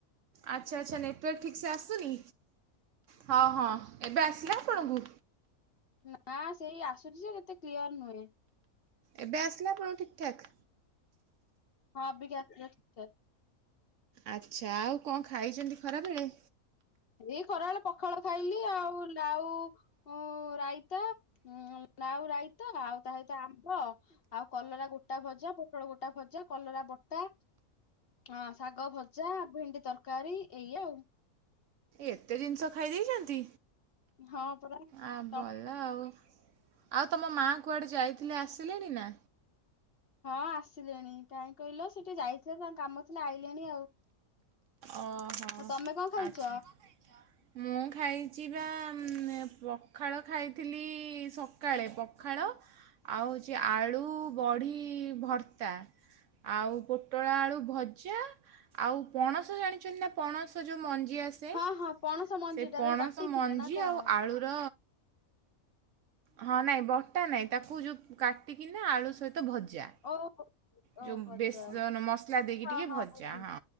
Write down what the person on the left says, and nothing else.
ନା ସେଇ ଆସୁଚି ଯେ ସେତେ କ୍ଲିୟର ନୁହେଁ।
ହଁ ଅବିକା ଆସିଲା ଠିକ୍ ଠାକ୍।
ଏଇ ଖରାବେଳେ ପଖାଳ ଖାଇଲି ଆଉ ଲାଉ ଉ ରାଇତା ଉ ନାଉ ରାଇତା ଆଉ ତା ସହିତ ଆମ୍ବ ଆଉ କଲରା ଗୋଟା ଭଜା ପୋଟଳ ଗୋଟା ଭଜା କଲରା ବଟା ହଁ ଶାଗ ଭଜା ଭେଣ୍ଡି ତରକାରୀ ଏଇଆ ଆଉ।
ହଁ ପରା
ତମେ
ହଁ ଆସିଲେଣି କାହିଁ କହିଲ ସେଟିକେ ଯାଇଥିଲେ ତାଙ୍କ କାମ ଥିଲା ଆଇଲେଣି ଆଉ।
ଆଉ ତମେ କଣ ଖାଇଛ
ହଁ ହଁ ପଣସ ମଞ୍ଜି
ଟା
ତାକୁ ବାଟି
ଥିଲେ ନା କଣ?
ଓହୋ।
ଓ ଭଜା
ହଁ
ହଁ
ବୁଝିଲି